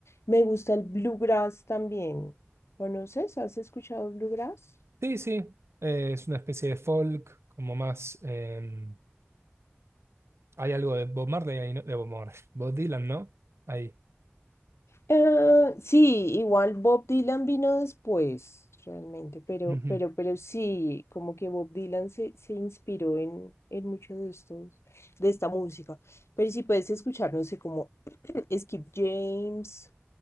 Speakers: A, on the left; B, on the right.
A: Me gusta el bluegrass también. ¿Conoces? ¿Has escuchado bluegrass?
B: Sí, sí. eh, es una especie de folk, como más. em, hay algo de Bob Marley ahí, ¿no? De Bob Marley. <laughs> Bob Dylan, ¿no? Ahí.
A: Ah, sí, igual Bob Dylan vino después, realmente, pero,
B: Ujú.
A: pero, pero sí, como que Bob Dylan se, se inspiró en, en mucho de estos, de esta música. Pero si puedes escuchar, no sé, como <clears throat> Skip James